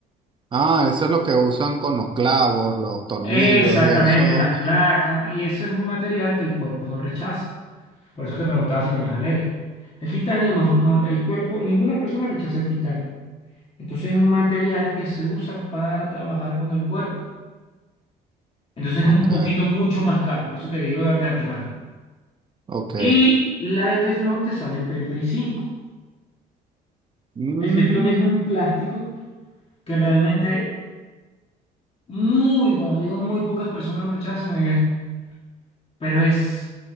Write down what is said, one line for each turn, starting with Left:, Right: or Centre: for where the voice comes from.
Right: Ah, eso es lo que usan con los clavos, los tornillos
Left: Exactamente,
Right: y eso.
Left: las placas, y eso es un material que el cuerpo no rechaza. Por eso te preguntaba si tenías alergia. El titanio, no, no- el cuerpo, ninguna persona rechaza el titanio. Entonces es un material que se usa para trabajar con el cuerpo. Entonces
Right: Ok,
Left: es un poquito mucho más caro, por eso te digo de, de antemano.
Right: ok.
Left: Y la de teflón te sale en treinta y cinco
Right: Mm,
Left: El teflón es un plástico que realmente muy, cuando digo muy pocas personas lo rechazan, es, pero es